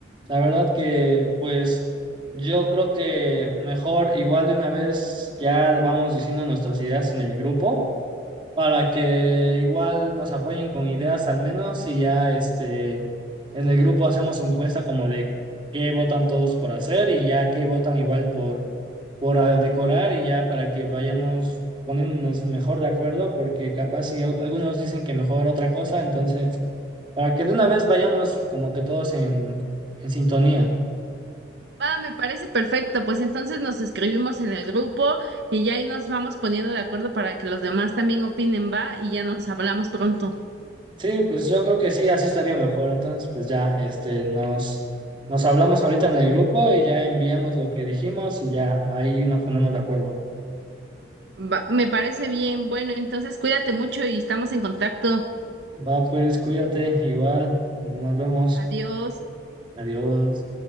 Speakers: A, on the right; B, on the right.
A: La verdad que, pues, yo creo que mejor, igual de una vez, ya vamos diciendo nuestras ideas en el grupo, para que igual nos apoyen con ideas al menos, y ya este, en el grupo hacemos encuesta como de qué votan todos por hacer y ya qué votan igual por por ah, decorar y ya para que vayamos poniéndonos mejor de acuerdo, porque capaz si al- algunos dicen que mejor otra cosa, entonces para que de una vez vayamos como que todos en, en sintonía.
B: Va, me parece perfecto. Pues entonces nos escribimos en el grupo y ya ahí nos vamos poniendo de acuerdo para que los demás también opinen, va, y ya nos hablamos pronto.
A: Sí, pues yo creo que sí, así estaría mejor. Entonces, pues ya, este, nos, nos hablamos ahorita en el grupo y ya enviamos lo que dijimos y ya ahí nos ponemos de acuerdo.
B: Va, me parece bien. Bueno, entonces cuídate mucho y estamos en contacto.
A: Va, pues cuídate, igual, nos vemos.
B: Adiós.
A: Adiós.